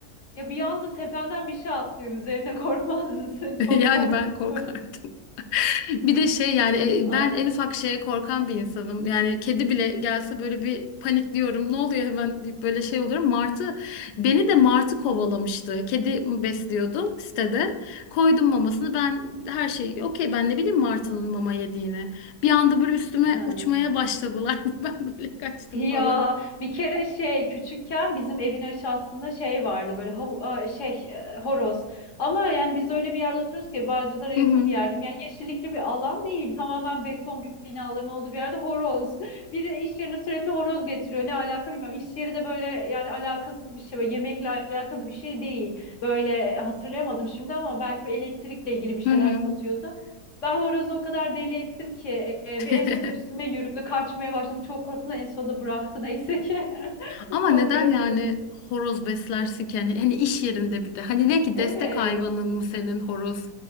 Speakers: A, on the left; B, on the left.
A: Ya bir anda tependen bir şey atlıyor. Üzerine korkmaz mısın? <laughs>
B: <laughs>
A: Çok
B: yani
A: korkunç.
B: ben korkardım. Bir de şey yani e,
A: Ay.
B: ben en ufak şeye korkan bir insanım. Yani kedi bile gelse böyle bir panikliyorum ne oluyor hemen deyip böyle şey oluyorum. Martı beni de martı kovalamıştı. Kedi besliyordum sitede koydum mamasını ben her şeyi okey ben ne bileyim martının mama yediğini. Bir anda böyle üstüme
A: Ha.
B: uçmaya başladılar <laughs> ben böyle kaçtım
A: Ya
B: falan.
A: bir kere şey küçükken bizim evin aşağısında şey vardı böyle hav a, şey e, horoz ama yani biz öyle bir yerde oturuyoruz ki Bağcılar'a
B: <laughs>
A: yakın bir yerdim yani yeşillikli bir alan değil tamamen beton bir binaların olduğu bir yerde horoz <laughs> biri iş yerine sürekli horoz getiriyor ne alaka bilmiyorum iş yeri de böyle yani alakasız bir şey böyle yemekle alakalı bir şey değil böyle hatırlayamadım şimdi ama belki bir elektrikle ilgili bir şeyler
B: Hı hı.
A: satıyordu ben horozu o kadar deli ettim ki e,
B: <laughs>
A: bir en sonunda üstüme yürüdü. Kaçmaya başladım. Çok korktum da en sonunda bıraktı neyse ki. <laughs>
B: Ama
A: Çok
B: neden
A: kötüydü.
B: yani horoz beslersin ki? Yani, hani iş yerinde bir de. Hani ne ki
A: Evet.
B: destek hayvanın mı senin horoz?